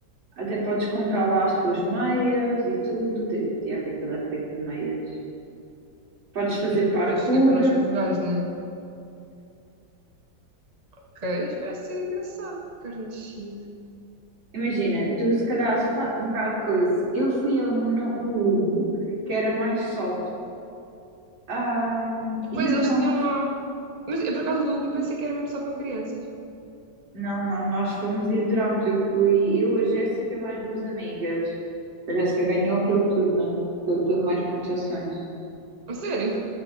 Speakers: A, on the right (about 85°); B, on the right (about 25°).
A: Até podes comprar lá as tuas meias e tudo. Ti- Tiago, que aquilo é feito de meias. Podes fazer
B: Depois
A: parkour.
B: é para não escorregares, né? Ok, isto parece ser engraçado. Carne nascido.
A: <laughs> Imagina, tu se calhar achas ah, um bocado de coisa. Eu fui a um no, no Ubo, que era mais soft, ah,
B: Depois
A: e adorámos.
B: eles tinham lá. Mas eu, por acaso do Uber, pensei que era mesmo só para crianças.
A: Não, não, nós fomos e adorámos. Eu fui, eu, a Jéssica, mais duas amigas. A Jéssica ganhou aquilo tudo, né? Foi o que teve mais pontuações.
B: A sério?